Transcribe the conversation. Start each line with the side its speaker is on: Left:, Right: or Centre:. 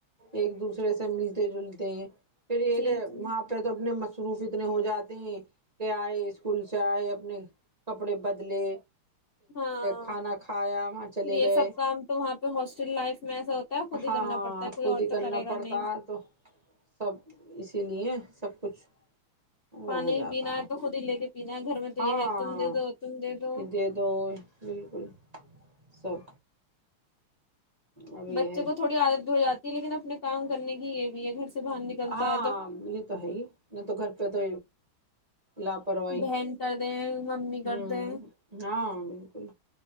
Right: ایک دوسرے سے ملتے جلتے ہیں پھر یہ
Left: جی
Right: ہے وہاں
Left: جی
Right: پہ تو اپنے شروف اتنے ہو جاتے ہیں آئے اسکول سے آئے ا ننے کپڑے بدلے
Left: ہاں
Right: کھانا کھایا وہاں چلے
Left: پھر یہ
Right: گئے
Left: سب کام تو وہاں پہ ہاسٹل لائف میں ایسا ہوتا ہے خود
Right: ہاں
Left: ہی کرنا پڑتا ہے کوئی
Right: خود
Left: اور
Right: ہی
Left: تو
Right: کرنا
Left: کرے گا
Right: پڑتا
Left: نہیں
Right: ہے تو سب اسی لیے سب کچھ وہ
Left: پانی
Right: ہو جاتا
Left: پینا ہے تو خود ہی لے کے پینا ہے گھر میں تو
Right: ہاں
Left: یہ ہے تم دے دو تم دو
Right: ا دے تو بالکل سب اب یہ
Left: بچے
Right: ہے
Left: کو تھوڑی عادت بھی ہو جاتی لیکن اپنے کام کرنے کی یہ بھی ہے گھر سے باہر نکلتا
Right: ہاں
Left: ہے تو
Right: یہ تو ہے ہی نہیں تو گھر پہ تو لاپرواہی
Left: بہن کر دیں ممی کر
Right: ہوں
Left: دیں
Right: ہاں بالکل